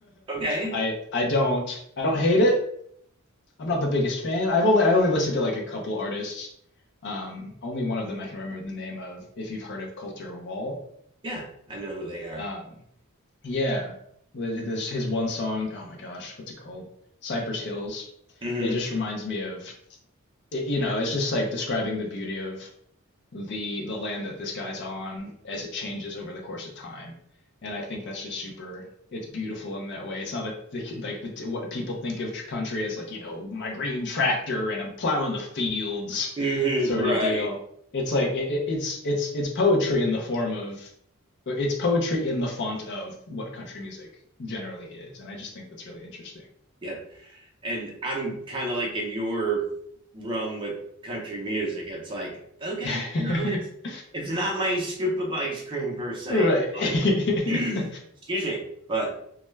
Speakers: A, on the right; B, on the left.
A: Okay.
B: i i don't i don't hate it i'm not the biggest fan i've only i only listened to like a couple artists um only one of them i can remember the name of if you've heard of coulter wall
A: Yeah. I know who they are.
B: um yeah there's his one song oh my gosh what's it called cypress hills
A: hmm
B: it just reminds me of it, you know, it's just like describing the beauty of the the land that this guy's on as it changes over the course of time. And I think that's just super, it's beautiful in that way. It's not like the, like the, what people think of country as like, you know, my green tractor and I'm plowing the fields
A: hmm
B: sort
A: Right.
B: of deal. It's like it, it, it's it's it's poetry in the form of it's poetry in the font of what country music generally is, and I just think that's really interesting.
A: Yep. And I'm kind of like in your realm with country music. It's like, okay,
B: <laughs>
A: no, it's it's not my scoop of ice cream per se,
B: Right.
A: but <clears throat> excuse
B: <laughs>
A: me. But